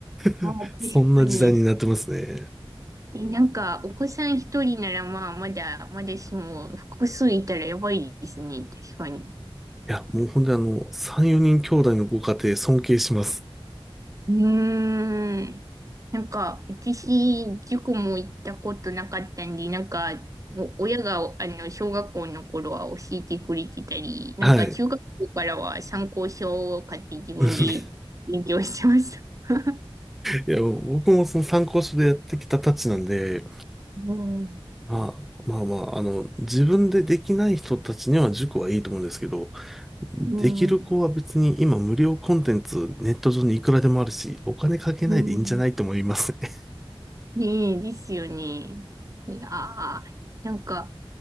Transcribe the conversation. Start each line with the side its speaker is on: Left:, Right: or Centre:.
Centre: <laughs>
Right: まあ確かに。
Centre: そんな時代になってますね。
Right: え、なんか、お子さん一人ならまあ、まだ、まだしも、複数いたらやばいですね。確かに。
Centre: いや、もう本当にあの、3、4人兄弟のご家庭尊敬します。
Right: うーん。なんか、私、塾も行ったことなかったんで、なんか、お親が、あの、小学校の頃は教えてくれてたり、なんか、
Centre: はい。
Right: 中学校からは参考書を買って自分で
Centre: <laughs>
Right: 勉強してました。<laughs>
Centre: いや、もう僕もその参考書でやってきたたちなんで、
Right: うん。
Centre: まあ、まあまあ、あの、自分でできない人たちには塾はいいと思うんですけど、
Right: うん。
Centre: できる子は別に今無料コンテンツネット上にいくらでもあるし、お金かけないでいいんじゃないと思いますね
Right: うん。ねえ、ですよね。いやー、なんか、